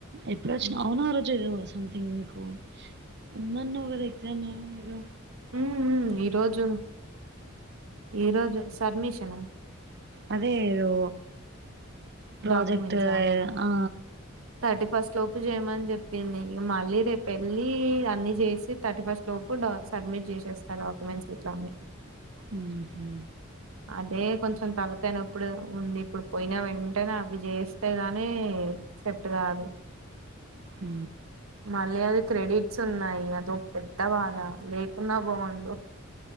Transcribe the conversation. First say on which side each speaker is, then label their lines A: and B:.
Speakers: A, on the right; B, on the right.
A: ఎప్పుడు వచ్చినవ్
B: ఉమ్
A: అవును ఆ రోజు ఏదో అస్ సంథింగ్ మీకు ఉందన్నవు కదా ఎగ్జామ్ మీరు
B: ఊ ఊ ఈరోజు ఈరోజు సడ్మిష్ ఏమో
A: అదే ఏదో ప్రాజెక్ట్
B: డాక్యుమెంట్సా
A: ఏ ఆ
B: థర్టీ ఫస్ట్ లోపు చేయమని చెప్పింది మళ్ళీ రేపు వెళ్ళి అన్ని చేసి థర్టీ ఫస్ట్ లోపు డ సబ్మిట్ చేసేస్తారు డాక్యుమెంట్స్ ఇట్లన్ని
A: ఊహు హు
B: అదే కొంచెం తలకయినప్పుడు ఉంది ఇప్పుడు పోయిన వెంటనే అవి చేస్తే గాని సెఫ్ట్ కాదు
A: ఊ
B: మళ్ళయది క్రెడిట్ క్స్ ఉన్నాయి అదో పెద్ద బాధ లేకున్నా బాగుండు